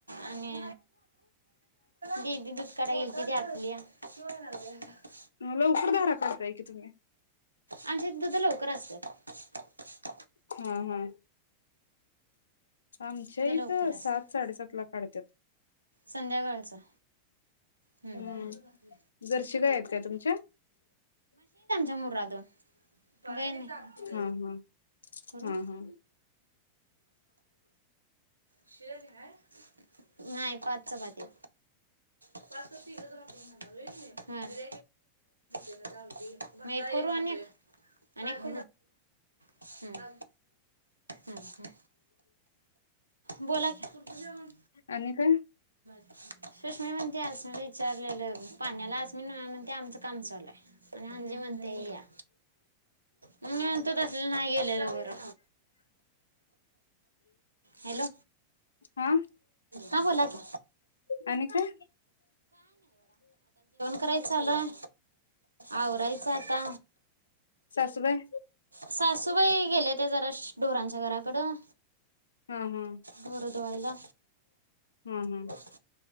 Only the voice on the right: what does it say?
आणि दिदी दुध काढाय गेली... <unintelligible>
आमच्यात दुधं लवकर असत्यात
दुध
लवकर असतात
संध्याकाळचं.... हम्म
हम्म
<unintelligible> काय नाही आमटीच
कर
करू
शिळं आणि हाय नाही पाच चपात्या हायत फक्त तिघंजण आपण खाणार होय कनी प्रत्येकाची एक एक भाकरी म एक करु आणि एक <unintelligible> हम्म हम्म <inaudible> बोला की तुमचं जेवण
<unintelligible> ते असं विचारल्यालं पाण्याला आस्मिन म्हणत्या आमचं काम चालू हाय आणि अंजी म्हणत्या या मी म्हणतो तसं नाय गेलेलं बरं हॅलो
हा बोला की...
कराय चालूय आवरायचं आता
सासूबाई <unintelligible> जरा ढोरांच्या घराकडं
बोरं धूवायला...
हं